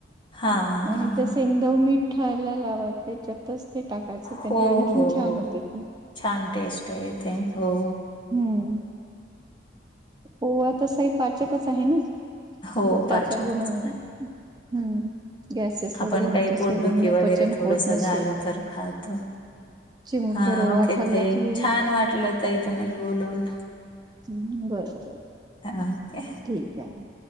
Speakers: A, on the left (about 25°); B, on the right (about 20°).
A: हां, हां,
B: आणि तस
A: हां.
B: तो मीठाला लावत त्याच्यातच ते टाकायचं. त्यांनी
A: हो,
B: आणखीन
A: हो,
B: छान
A: हो.
B: होते ती.
A: छान टेस्ट येते. हो,
B: हम्म, आवळा तसही पाचकच आहे ना.
A: हो,
B: पोटाच्या
A: पाचकच
B: गुण हम्म
A: आहे.
B: गॅसेस वगैरे
A: आपण
B: होत
A: काही
B: असेल
A: पोटदुखी
B: अन्न
A: वगैरे
B: पचन
A: थोडस
B: होत
A: झालं
B: नसेल
A: तर खातो.
B: चिमुटभर
A: हा,
B: ओवा
A: ओके
B: खाल्ला
A: ताई
B: की
A: छान वाटलं ताई तूम्हाला बोलून..
B: हम् बरोबर
A: हां, ओके.
B: ठीक आहे.